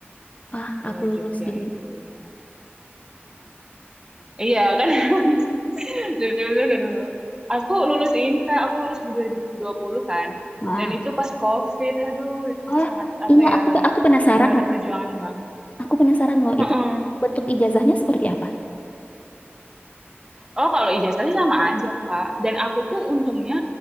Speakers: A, on the left; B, on the right.
A: wah,
B: eh,
A: aku lulus
B: Jogja
A: di
B: itu ya Iya kan? <laughs> Dari dulu, dari dulu. Aku lulus ini Kak, aku lulus di dua dua ribu dua puluh kan.
A: 2016.
B: Dan itu
A: <laughs>
B: pas COVID, aduh itu
A: Oh,
B: sangat apa
A: iya
B: ya
A: aku
B: kayak
A: aku penasaran
B: per-
A: loh.
B: perjuangan banget.
A: Aku penasaran loh
B: Heeh.
A: itu bentuk ijazahnya seperti apa?
B: Oh kalau ijazah sih sama aja Kak. Dan aku tuh untungnya